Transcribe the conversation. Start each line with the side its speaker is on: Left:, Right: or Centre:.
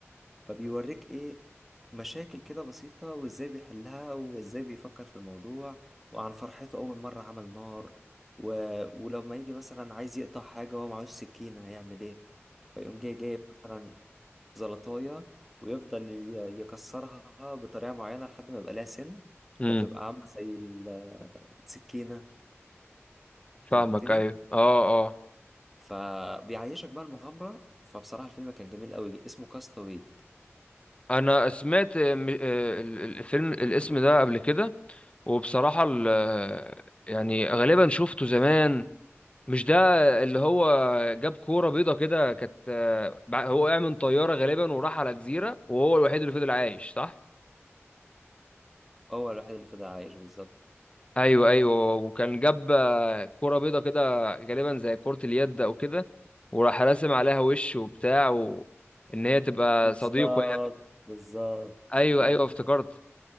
Centre: فبيوريك ايه مشاكل كده بسيطة وازاي بيحلها وازاي بيفكر في الموضوع وعن فرحته أول مرة عمل نار و... ولما يجي مثلا عايز يقطع حاجة وهو معهوش سكينة هيعمل ايه فيقوم جاي جايب مثلا زلطاية ويفضل ي- يكسرها بطريقة معينة لحد ما يبقى لها سن
Left: امم
Centre: فتبقى عاملة زي ال- السكينة
Left: فاهمك
Centre: فهمتني
Left: ايوه اه اه
Centre: فبيعيشك بقى المغامرة فبصراحة الفيلم كان جميل قوي اسمه كاستاوي
Left: انا سمعت م- آه، ال- ال- الفيلم الاسم ده قبل كده وبصراحة ال- آه، يعني غالبا شفته زمان مش ده اللي هو جاب كورة بيضة كده كانت آه، بع- هو وقع من طيارة غالبا وراح على جزيرة وهو الوحيد اللي فضل عايش صح؟
Centre: هو الوحيد اللي فضل عايش بالظبط
Left: ايوه ايوه وكان جاب آه، كورة بيضة كده غالبا زي كرة اليد او كده وراح راسم عليها وش وبتاع و... ان هي تبقى
Centre: بالظبط
Left: صديقه يعني
Centre: بالظبط
Left: ايوه
Centre: كده
Left: ايوه
Centre: انت
Left: افتكرت